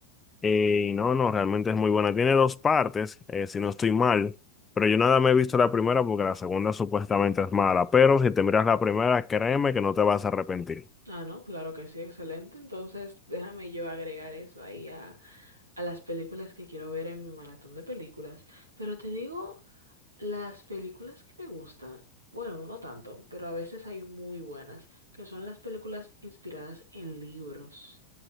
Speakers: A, on the left; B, on the right.
A: Eh, Y no, no, realmente es muy buena. Tiene dos partes, eh, si no estoy mal, pero yo nada me he visto la primera porque la segunda supuestamente es mala, pero si te miras la primera, créeme que no te vas a arrepentir.
B: Ah, no, claro que sí, excelente. Entonces, déjame yo agregar eso ahí a, a las películas que quiero ver en mi maratón de películas. Pero te digo, las películas que me gustan, bueno, no tanto, pero a veces hay muy buenas, que son las películas inspiradas en libros.